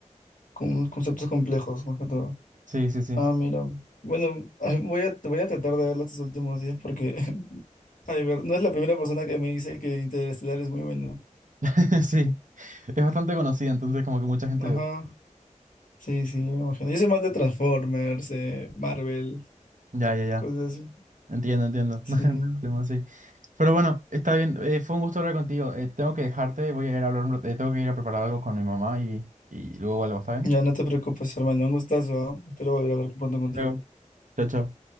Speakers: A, on the left (about 90°); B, on the right (about 75°).
A: con unos conceptos complejos más que todo.
B: Sí, sí, sí.
A: Ah, mira. Bueno, <laughs> voy a, voy a tratar de verlo estos últimos días porque <laughs> ay, ver- no es la primera persona que me dice que Interestelar es muy bueno.
B: <laughs> Sí, es bastante conocida, entonces como que mucha gente
A: Ajá,
B: de...
A: sí, sí, me imagino. Yo soy más de Transformers, eh, Marvel,
B: Ya, ya, ya.
A: cosas así.
B: Entiendo, entiendo.
A: Sí,
B: <laughs> No hay problema, sí. Pero bueno, está bien. eh, fue un gusto hablar contigo. eh, tengo que dejarte, voy a ir a hablar, un rato- eh, tengo que ir a preparar algo con mi mamá y, y luego vuelvo, ¿está bien?
A: ya no te preocupes, hermano, un gustazo, ¿ah? Espero volver a hablar pronto contigo.
B: Hasta Luego. Chao, chao.